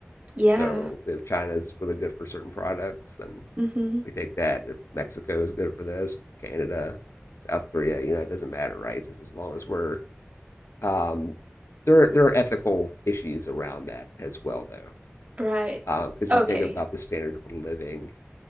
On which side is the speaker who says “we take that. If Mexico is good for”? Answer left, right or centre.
Left